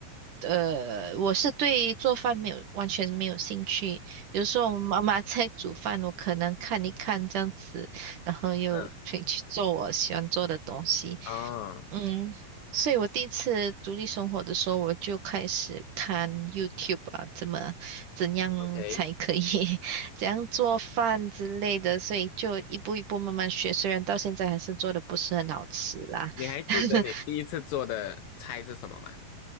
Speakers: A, on the right; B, on the left.
A: 呃我是对做饭没有完全没有兴趣，有时候我妈妈在煮饭，我可能看一看这样子。然后又可以去做我喜欢做的东西。
B: 嗯，哦
A: 嗯，所以我第一次独立生活的时候，我就开始看 YouTube 啊，怎么怎样才可以
B: ，OK，
A: <laughs> 怎样做饭之类的，所以就一步一步慢慢学，虽然到现在还是做的不是很好吃啦，
B: 你还记得你第一次做的菜是什么吗？
A: <laughs>